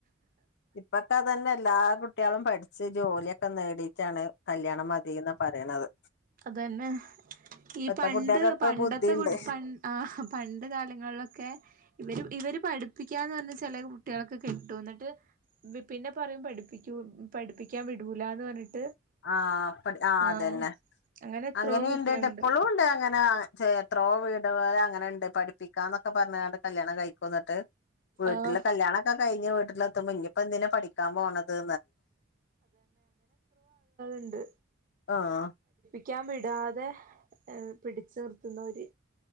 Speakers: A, on the left (about 60°); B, on the right (about 45°).
A: ഇപ്പൊത്തന്നെ അതന്നെല്ലാ കുട്ടികളും പഠിച്ച് ജോലിയൊക്കെ നേടിയിട്ടാണ് കല്യാണം മതിന്ന് പറയണുന്നത്.
B: അതന്നെ ഈ
A: ഇപ്പത്തെ
B: പണ്ട്
A: കുട്ടികൾക്കൊക്കെ
B: പണ്ടത്തെ
A: ബുദ്ധിണ്ട്
B: കു ആ പണ്ട് കാലങ്ങളിലൊക്കെ ഇവര് ഇവര് പഠിപ്പിക്കാ എന്ന് പറഞ്ഞ ചില കുട്ടികളൊക്കെ കിട്ടും എന്നിട്ട് പിന്നെ പറയും പഠിപ്പിക്ക പഠിപ്പിക്കാൻ വിടൂല എന്ന് പറഞ്ഞിട്ട്
A: ആഹ അപ്പ ആ
B: ആഹ്
A: അതന്നെ
B: അങ്ങനെ എത്രയോ
A: അങ്ങനെയുണ്ട്ട്ട്
B: കുട്ടികളുണ്ട്
A: എപ്പോഴും ഇണ്ട് അങ്ങനെ എത്രോ വീട്ക അങ്ങനെണ്ട് പഠിപ്പിക്കാന്നൊക്കെ പറഞ്ഞണ്ട് കല്യാണം കഴിക്കന്നിട്ട് വീട്ടിലെ
B: ആഹ്
A: കല്യാണൊക്കെ കഴിഞ്ഞ് വീട്ടിലെത്ത ഇനിപെന്തിനാ എന്തിന പഠിക്കാൻ പോണത്
B: ഉണ്ട്
A: ആഹ
B: പഠിക്കാൻ വിടാതെ പിടിച്ചു നിർത്തുന്ന ഒരുര്